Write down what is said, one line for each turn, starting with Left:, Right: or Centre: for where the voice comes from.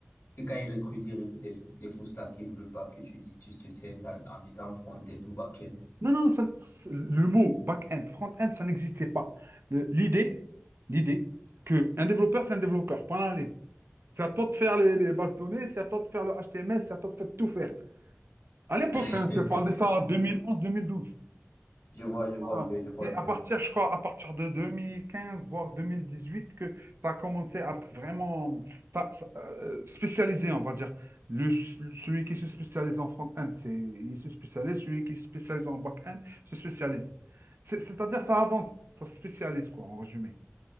Left: que quand ils recrutent, ils recrutent des, full- des full stack qui ne veulent pas que tu dis, tu te scindes en, en étant front-end ou back-end.
Right: Non, non, non, ça- c'est- le mot back-end, front-end, ça n'existait pas. Le- L'idée, l'idée que un développeur, c'est un développeur, point allez. C'est à toi de faire les, les bases de données, c'est à toi de faire le HTML, c'est à toi de faire tout faire. À l'époque,
Left: <laughs>
Right: hein, je te parle de ça en 2011-2012.
Left: Je vois, je vois
Right: Voilà.
Left: un peu, je vois
Right: C'est
Left: un
Right: à
Left: peu.
Right: partir, je crois, à partir de 2015, voire 2018, que ça a commencé à être vraiment ça- ça, euh, spécialisé, on va dire. Le, celui qui se spécialise en front-end, c'est, il se spécialise. Celui qui se spécialise en back-end, se spécialise. C'est- C'est-à-dire, ça avance, ça se spécialise, quoi, en résumé.